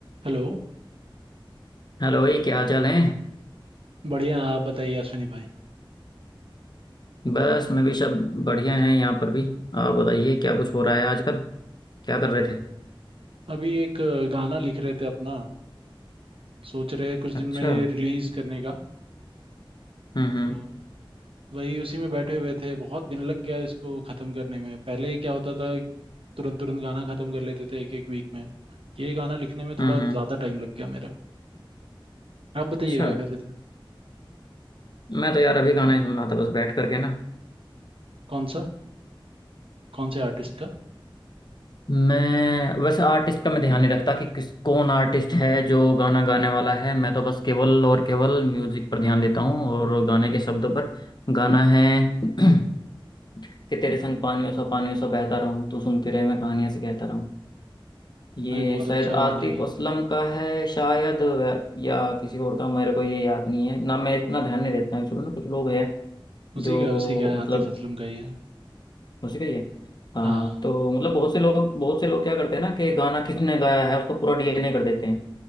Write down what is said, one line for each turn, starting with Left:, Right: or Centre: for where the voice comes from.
Right: Hello
Left: Hello भाई क्या हाल चाल है
Right: बढ़िया आप बताइए अश्विनी भाई
Left: बस मैं भी सब बढ़िया हैं यहाँ पर भी आप बताइए क्या कुछ हो रहा है आजकल क्या कर रहे थे
Right: अभी एक अ, गाना लिख रहे थे अपना सोच रहे हैं कुछ
Left: अच्छा
Right: दिन में रिलीज करने का
Left: हम्म हम्म
Right: तो वही उसी में बैठे हुए थे बहुत दिन लग गया इसको खत्म करने में पहले क्या होता था तुरंत तुरंत गाना खत्म कर लेते थे एक एक वीक में ये गाना लिखने में
Left: हम्म
Right: थोड़ा
Left: हम्म
Right: ज्यादा टाइम लग गया मेरा आप बताइए
Left: अच्छा
Right: क्या कर रहे थे
Left: मैं तो यार अभी गाना ही सुन रहा था बस बैठ करके ना
Right: कौन सा कौन से आर्टिस्ट का
Left: मैं वैसे आर्टिस्ट का मैं ध्यान नहीं रखता कि किस कौन आर्टिस्ट है जो गाना गाने वाला है मैं तो बस केवल और केवल म्यूजिक पर ध्यान देता हूँ और गाने के शब्दों पर गाना है <clears throat> कि तेरे संग पानियों सा पानियों सा बहता रहूं तू सुनती रहे मैं कहानियां से कहता ये
Right: अरे बहुत
Left: शायद
Right: अच्छा
Left: आतिफ
Right: गाना है यार
Left: असलम
Right: तो
Left: का है शायद व- या किसी और का मेरे को ये याद नहीं है ना मैं इतना ध्यान नहीं देता हूँ ना कुछ लोग हैं
Right: उसी
Left: जो
Right: का उसी का है आतिफ
Left: मतलब
Right: असलम का ही है
Left: उसी का ही है हाँ
Right: हाँ
Left: तो मतलब बहुत से लोग बहुत से लोग क्या करते हैं ना कि गाना किसने गाया है उसका पूरा डीएनए कर देते हैं